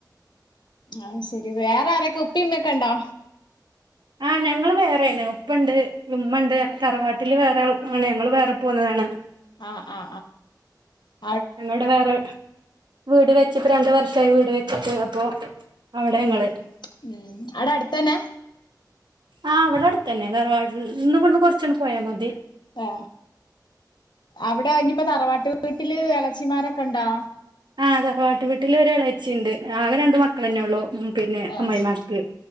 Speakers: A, on the left; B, on the right.
A: ആഹ് ശെരി വേറെ ആരൊക്കെ ഉപ്പിമ്മെക്കെ ഇണ്ടോ?
B: ആ ഞങ്ങള് വേറേണ് ഉപ്പണ്ട് ഉമ്മ ഉണ്ട് തറവാട്ടില് വേറെൾ ആണ് ഞങ്ങൾ വേറെ പോന്നതാണ്
A: ആ ആ ആ
B: അങ്ങോട് വേറെ വീട് വെച്ചപ്പ രണ്ട് വർ ഷായി വീട് വെച്ചിട്ട് അപ്പൊ അവിടെ
A: ഉം
B: ഞങ്ങള്
A: ഉം അവ്ടെ അടുത്തന്നാ
B: ആഹ് ഇവിടെ അടുത്തന്നെ തറവാടിന്ന് ഇവിടന്ന് കൊറചൊന്ന് പോയാ മതി
A: ആ അവിടെ ആയിഞ്ഞപ്പോ തറവാട്ട് വീട്ടില് ഇളച്ചിമാരൊക്കെ അണ്ടോ?
B: ആ തറവാട്ടു വീട്ടില് ഒര് എളേച്ചിണ്ട് ആകെ രണ്ട് മക്കളെന്നെ ഉള്ളൂ മ് പിന്നെ
A: ഏഹ്
B: അമ്മായിമാക്ക്